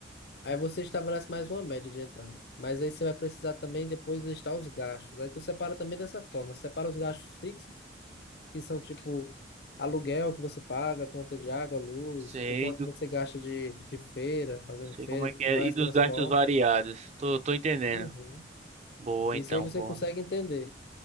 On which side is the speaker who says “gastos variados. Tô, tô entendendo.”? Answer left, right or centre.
Right